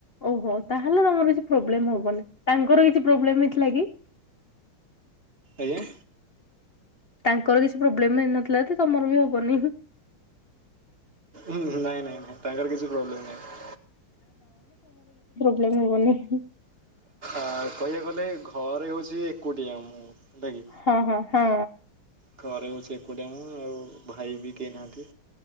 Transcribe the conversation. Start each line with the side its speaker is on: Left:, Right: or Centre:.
Left: ଓହୋ ତାହେଲେ ତମର କିଛି ପ୍ରୋବ୍ଲେମ ହବନି ତାଙ୍କର କିଛି ପ୍ରୋବେଲମ୍ ହେଇଥିଲା କି?
Right: ଆଜ୍ଞା?
Left: ତାଙ୍କର କିଛି ପ୍ରୋବ୍ଲେମ ହେଇନଥିଲା ତ ତମର ବି ହବନି!
Right: ନାଇଁ ନାଇଁ ନାଇଁ ତାଙ୍କର କିଛି ପ୍ରୋବ୍ଲେମ ନାଇଁ!
Left: ମୁଁ ବନି <inaudible>
Right: ଆଉ କହିବାକୁ ଗଲେ ଘରେ ହଉଛି ଏକୁଟିଆ ମୁଁ! ହେଲା କି
Left: ହଁ ହଁ ହଁ!
Right: ଘରେ ହଉଛି ଏକୁଟଆ ମୁ ଆଉ ଭାଇ ବି କେହି ନାହାନ୍ତି!